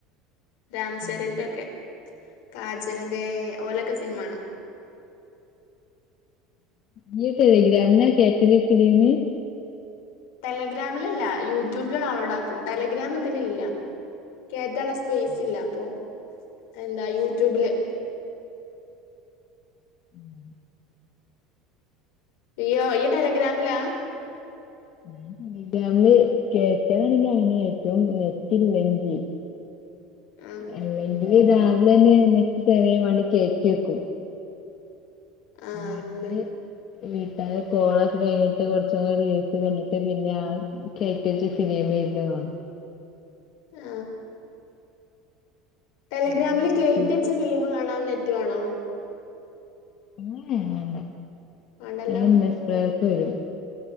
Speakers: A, on the left (about 75°); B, on the left (about 45°).
A: രാംചരന്റെ
B: ആഹ്
A: ഒക്കെ കാജലിന്റെ ഓലക്കെ സിനിമ കാണും
B: ഇയ്യ് ടെലിഗ്രാമിലാ കേറ്റണെ ഫിലീമ്
A: ടെലഗ്രാമിലല്ല യൂട്യൂബില് ഡൗൺലോഡ് ആക്കും ടെലഗ്രാം ഇതില് ഇല്ല കേറ്റാനുള്ള സ്ഥ- സ്പേയ്സില്ല
B: ആഹ്
A: അപ്പൊ എന്താ യൂട്യൂബില്
B: ആഹ്
A: ഈയ്യി ഈയ് ഗ്രാലിഗ്രാമിലാ
B: ഞാൻ ടെലിഗ്രാമില് കേറ്റാനാണെങ്കിൽ അങ്ങനെ കേറ്റു നെറ്റില്ലെങ്കിൽ
A: ആഹ്
B: അല്ലങ്കി രാവിലെ തന്നെ എഴുന്നേറ്റ് ചെറിയ വാണ്ടി കേറ്റി വെക്കും
A: ആഹ്
B: <unintelligible>
A: അങ്ങനെ
B: വീട്ടാരെ കോളൊക്കെ കഴിഞ്ഞിട്ട് കുറച്ചു റില്സ് കണ്ടിട്ട് പിന്നെ കയറ്റ വെച്ച ഫിലിം സീരിയലുകാണും
A: ആ ടെലഗ്രാമില്
B: അല്ലെങ്കി യൂട്യൂബില്
A: കയറ്റി വെച്ച ഫിലിമ് കാണാൻ നെറ്റു വേണോ
B: ഏ വേണ്ട
A: വേണ്ടല്ലോ
B: അത് എം എസ് പ്ലയർക്ക് വരും